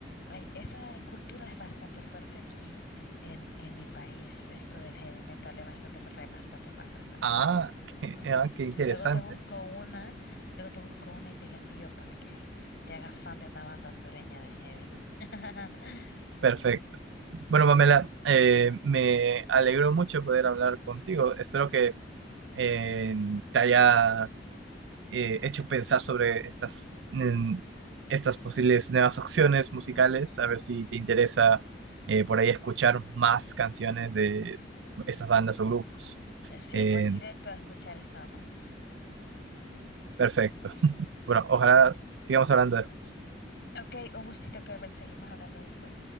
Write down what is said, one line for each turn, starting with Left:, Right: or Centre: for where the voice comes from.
Left: Ay, esa cultura es bastante fuerte aquí en, en mi país. Esto del heavy metal es bastante fuerte. Hay bastantes bandas también.
Right: Ah, <laughs> qué,
Left: Ujú.
Right: ah, qué interesante.
Left: Luego te busco una, luego te busco una y te la envío para que te hagas fan de una banda hondureña de heavy. <laughs>
Right: Perfecto. Bueno, Pamela, eh, me alegró mucho poder hablar contigo. Espero que eh, te haya eh, hecho pensar sobre estas, mm, estas posibles nuevas opciones musicales, a ver si te interesa eh, por ahí escuchar más canciones de es- estas bandas o grupos.
Left: Sí,
Right: Eh,
Left: voy directo a escuchar Starman.
Right: perfecto. <laughs> Bueno, ojalá sigamos hablando después.
Left: Ok, un gustito, Kerber. Seguimos hablando después.